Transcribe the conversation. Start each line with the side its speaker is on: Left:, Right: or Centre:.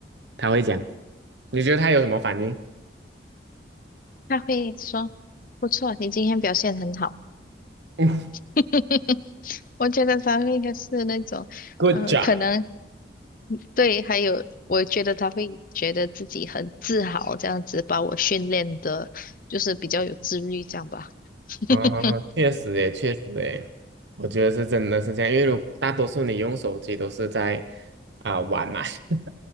Right: 它会讲，你觉得它有什么反应？
Left: 他会说不错，你今天表现很好。
Right: <laughs>
Left: <laughs> 我觉得他会是那种，
Right: Good
Left: 呃，
Right: job，
Left: 可能对，还有我觉得他会觉得自己很自豪，这样子把我训练的，就是比较有自律，这样吧。<laughs>
Right: 哦，确实诶，确实诶，我觉得是真的是这样，因为如大多数你用手机都是在啊、玩嘛，<laughs>